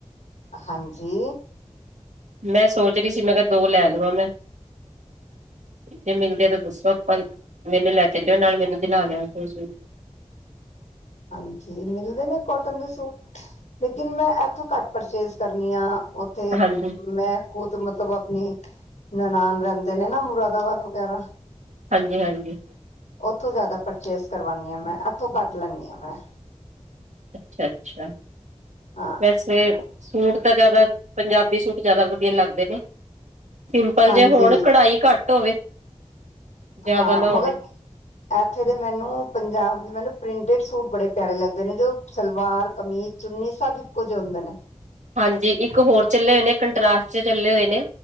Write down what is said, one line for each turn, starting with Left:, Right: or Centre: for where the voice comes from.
Left: ਹਾਂਜੀ
Right: ਮੈਂ ਸੋਚ ਰਹੀ ਸੀ ਮੈਂ ਕਿਹਾ ਦੋ ਲੈ ਲਵਾਂ ਮੈਂ ਜੇ ਮਿਲਦੇ ਤਾਂ ਦੱਸੋ ਆਪਾਂ। ਮੈਨੂੰ ਲੈ ਚੱਲਿਓ ਨਾਲ ਮੈਨੂੰ ਦਿਲਾ ਲਿਆ ਕੋਈ ਸੂਟ
Left: ਹਾਂਜੀ ਮਿਲਦੇ ਨੇ ਕੋਟਨ ਦੇ ਸੂਟ ਲੇਕਿਨ ਮੈਂ ਇਥੋਂ ਘੱਟ ਪਰਚੇਸ ਕਰਨੀ ਆ। ਉੱਥੇ
Right: ਹਾਂਜੀ
Left: ਮੈਂ ਖੁਦ ਮ ਮਤਲਬ ਆਪਣੀ ਨਨਾਣ ਰਹਿੰਦੇ ਨੇ ਨਾ ਮੁਰਾਦਾਬਾਦ ਵਗੈਰਾ
Right: ਹਾਂਜੀ ਹਾਂਜੀ
Left: ਉ ਓਥੋਂ ਜ਼ਿਆਦਾ ਪਰਚੇਜ ਕਰਵਾਉਨਦੀ ਆ ਮੈਂ ਇੱਥੋਂ ਘੱਟ ਲੈਂਦੀ ਹ ਮੈਂ
Right: ਅੱਛਾ ਅੱਛਾ
Left: ਹਾਂ
Right: ਵੈਸੇ ਸੂਟ ਤਾਂ ਜਿਆਦਾ ਪੰਜਾਬੀ ਸੂਟ ਜ਼ਿਆਦਾ ਵਧੀਆ ਲੱਗਦੇ ਨੇ ਸਿੰਪਲ
Left: ਹਾਂਜੀ
Right: ਜੇ ਹੋਣ ਕਢਾਈ ਘੱਟ ਹੋਵੇ ਜ਼ਿਆਦਾ
Left: ਹਾਂ
Right: ਨਾ ਹੋਵੇ
Left: ਮਗਰ ਇੱਥੇ ਦੇ ਮੈਨੂੰ ਪੰਜਾਬ ਮੈਨੂੰ ਪ੍ਰਿੰਟਡ ਸੂਟ ਬੜੇ ਪਿਆਰੇ ਲੱਗਦੇ ਨੇ ਜੋ ਸਲਵਾਰ ਕਮੀਜ਼ ਚੁੰਨੀ ਸਭ ਇਕੋ ਜਿਹੇ ਹੁੰਦੇ ਨੇ
Right: ਹਾਂਜੀ ਇੱਕ ਹੋਰ ਚੱਲੇ ਹੋਏ ਨੇ ਕੰਟਰਾਸ਼ਟ ਚੱਲੇ ਹੋਏ ਨੇ